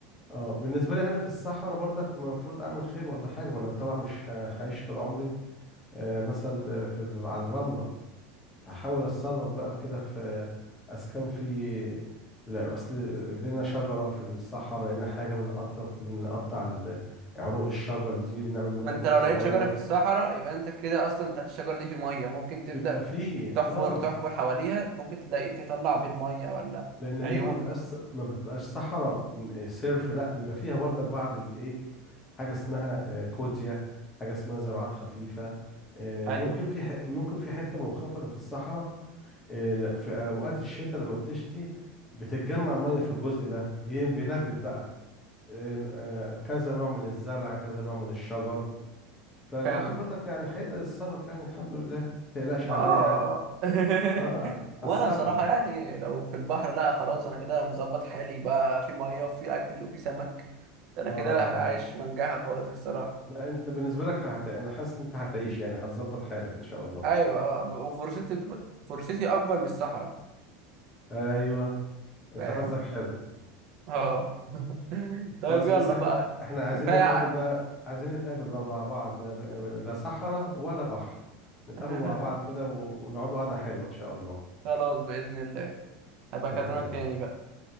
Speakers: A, on the left; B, on the right.
A: اه بالنسبة لي انا في الصحراء برضك المفروض اعمل خيمة ولا حاجة ما انا طبعا مش هعيش طول عمري آه، مثل في ال- على الرملة هحاول اتصرف بقى كده في اسكان في لا بس ل- لقينا شجره في الصحراء لقينا حاجه بنقطع بنقطع ال- عروق الشجر دي وبنعمل منها
B: ما انت
A: كوخ
B: لو
A: صغير
B: لقيت شجره في الصحراء يبقى انت كده اصلا تحت الشجره دي في ميه ممكن تبدا
A: بيبقى فيه
B: تحفر
A: اه
B: تحفر حواليها ممكن تلاقي تطلع بير ميه ولا
A: لان هي
B: عيون
A: ما بتبقاش ما بتبقاش صحراء صرف لا بيبقى فيها برضك بعض الايه حاجه اسمها آه، كوديا حاجه اسمها زراعات خفيفه آه،
B: ايوه
A: ممكن في ح- ممكن في حته منخفضه في الصحراء إيه، لا، في اوقات الشتاء لما بتشتي بتتجمع الميه في الجزء ده بي- بينبت بقى إن- آه، كذا نوع من الزرع كذا نوع من الشجر فالواحد
B: فعلا
A: برضك يعني هيقدر يتصرف يعني الحمد لله ما تقلقش
B: ما
A: عليا
B: اه
A: يعني
B: <laughs>
A: اه اتصرف
B: وانا الصراحه يعني لو في البحر لا خلاص انا كده مظبط حالي بقى في ميه وفي اكل وفي سمك انا
A: اه
B: كده
A: اه
B: عايش منجاها خالص الصراحه
A: لا انت بالنسبه لك هت... انا حاسس ان انت هتعيش يعني هتظبط حالك ان شاء الله
B: ايوه اه وفرصتي فرصتي اكبر من الصحراء
A: ايوه انت
B: فاهم
A: حظك حلو
B: اه <laughs> طيب
A: خلاص
B: يلا
A: بس احنا
B: بقى
A: احنا عايزين
B: كفايه
A: نتقابل
B: ع-
A: بقى عايزين نتقابل بقى مع بعض ما ب... لا صحراء ولا بحر نتقابل
B: <laughs>
A: مع بعض كده و- ونقعدوا قعدة حلوة إن شاء الله
B: خلاص باذن الله هبقى
A: بإذن
B: اكلمك
A: الله
B: تاني بقى